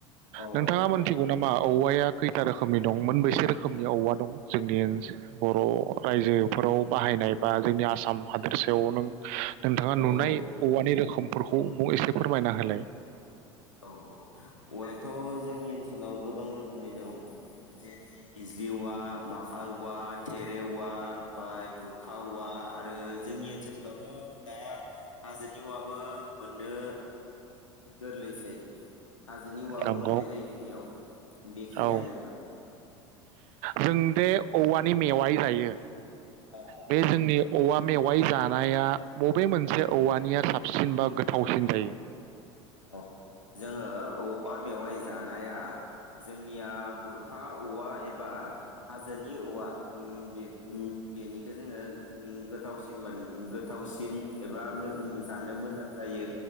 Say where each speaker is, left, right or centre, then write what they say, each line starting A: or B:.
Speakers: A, on the left (about 85°); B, on the right (about 50°).
A: औ
B: नोंथाङा
A: औ नंगौ
B: मोनथिगौ
A: औ
B: नामा औवाया खैथा रोखोमनि दं मोनबेसे रोखोमनि औवा दं जोंनि बर' रायजोफोराव बाहायनाय बा जोंनि आसा आसाम हादोरसोयाव नों नोंथाङा नुनाय
A: उम
B: औवानि रोखोमफोरखौ मुं एसे फोरमायना होलाय
A: औ औ औवायाथ' जोंनि ओनसोलाव गोबां रोखोम दं जेरै जेउवा माखाल औवा थेरे औवा ओमफाय बुरखा औवा आरो जोंनि ओनसोलावथ' दा हाजोनि औवाबो मोननो गोरलैसै। बे हाजोनि औवाबो
B: नंगौ
A: मोननाय जायो जोंनियाव बेखिनियानो
B: औ
A: नोंथां।
B: जों दे औवानि मेवाइ जायो।
A: अ अ
B: बे जोंनि औवा मेवाइ जानाया मबे मोनसे औवानिया साबसिन बा गो थावसिन जायो।
A: औ जोङो औवा मेवाइ जानाया जोंनिया बुरखा औवा एबा हाजोनि औवा उम बे उम बेनिखौ जोङो उम गोथावसिन मोन गोथावसिन एबा उम जानो मोजां जायो